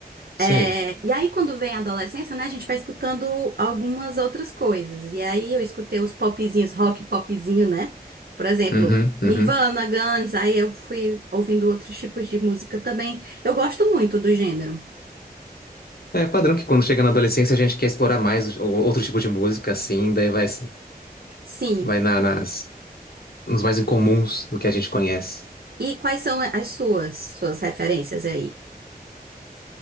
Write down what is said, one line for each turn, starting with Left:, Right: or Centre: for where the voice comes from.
Left: sei.
Right: É, e aí quando vem a adolescência, né, a gente vai escutando algumas outras coisas. E aí eu escutei os popzinhos, rock popzinho, né? Por exemplo,
Left: Uhum, uhum.
Right: Nirvana, Guns, aí eu fui ouvindo outros tipos de música também. Eu gosto muito do gênero.
Left: É padrão que quando chega na adolescência a gente quer explorar mais o- o- outro tipo de música, assim, daí vai,
Right: Sim.
Left: vai na- nas, nos mais incomuns do que a gente conhece.
Right: E quais são as suas, suas referências aí?